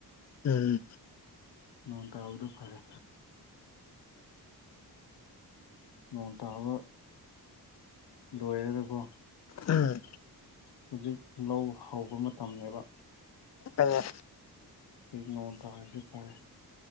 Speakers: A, on the left; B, on the left.
A: ꯎꯝ
B: ꯅꯣꯡ ꯇꯕꯗꯨ ꯐꯔꯦ ꯅꯣꯡ ꯇꯕ ꯂꯣꯏꯔꯒꯀꯣ
A: ꯎꯝ
B: ꯍꯧꯖꯤꯛ ꯂꯧ ꯍꯧꯕ ꯃꯇꯝꯅꯦꯕ
A: ꯑꯦ
B: ꯑꯗꯩ ꯅꯣꯡ ꯇꯔꯤꯖꯦ ꯐꯔꯦ